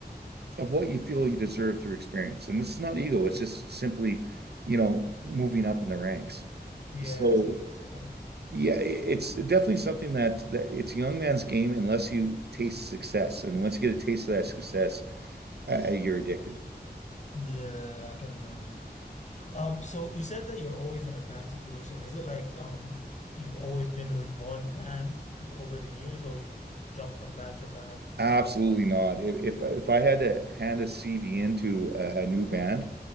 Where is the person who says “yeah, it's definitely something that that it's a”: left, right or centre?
Right